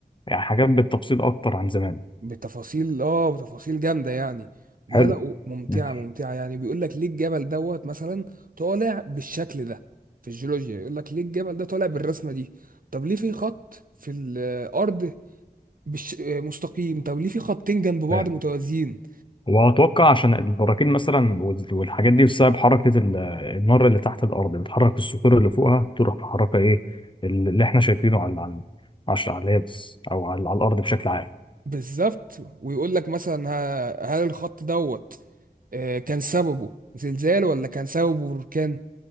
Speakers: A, on the left; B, on the right.
A: يعني حاجات بالتفصيل اكتر عن زمان
B: بتفاصيل اه بتفاصيل جامده يعني
A: حلو
B: لا لا ممتعه
A: ماشي
B: ممتعه يعني بيقول لك ليه الجبل دوت مثلا طالع بالشكل ده في الجيولوجيا يقول لك ليه الجبل ده طالع بالرسمه دي طب ليه في خط في الارض بالش... آه، مستقيم طب ليه في خطين جنب بعض
A: آه.
B: متوازيين
A: وأتوقع عشان البراكين مثلا وال- والحاجات دي بسبب حركة ال- النار اللي تحت الأرض بتحرك الصخور اللي فوقها تروح محركة إيه اللي إحنا شايفينه على على عش- على اليابس أو على, على الأرض بشكل عام
B: بالظبط ويقول لك مثلا ه- هل الخط دوت آه، كان سببه زلزال ولا كان سببه بركان